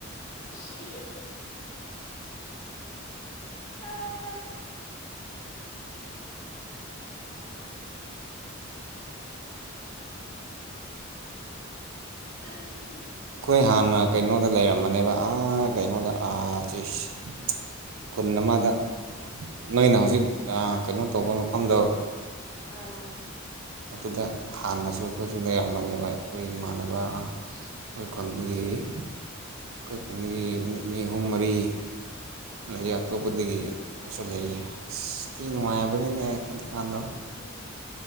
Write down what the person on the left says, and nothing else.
<unintelligible> ꯑꯥ ꯎꯝ
ꯑꯥ
ꯑꯥ
ꯑꯥ
ꯍꯝ